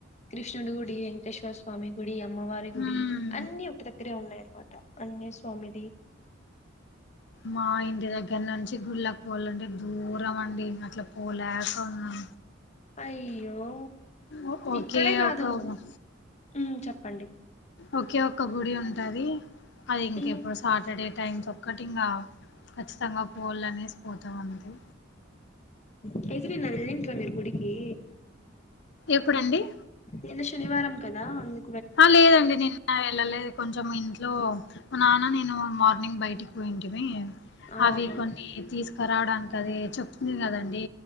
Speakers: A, on the left (about 35°); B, on the left (about 60°).
A: కృష్ణుడి గుడి కోటేశ్వర స్వామి గుడి అమ్మవారి
B: హ్మ్
A: గుడి అన్ని ఒక దగ్గరే ఉన్నాయన్నమాట అన్ని స్వామిది
B: మా ఇంటి దగ్గర నుంచి గుళ్ళకి పోలంటే దూరం అండి అట్లా పోలేకఉన్నాం
A: అయ్యో
B: ఒ ఒకే
A: ఇక్కడే కాదు
B: ఒక
A: మ్ చెప్పు అండి
B: ఒకే ఒక్క గుడి ఉంటది అది ఇంకెప్పుడు
A: ఉమ్,
B: సాటర్డే టైం కి ఒక్కటి ఇంగా ఖచ్చితంగా పోళ్ అనేసి పోతాం అంతే
A: ఉమ్ ఎదిరిన ఎల్లిండ్ర మీరు గుడికి
B: ఎప్పుడండి
A: నిన్న శనివారం కదా అందు
B: ఆ లేదండి నిన్న వెళ్ళలేదు కొంచెం ఇంట్లో మా నాన్న నేను మ ని బయటికి పోయింటిమి
A: ఆహా
B: అవి కొన్ని తీస్కరాడానికది చెప్తిమి కదండి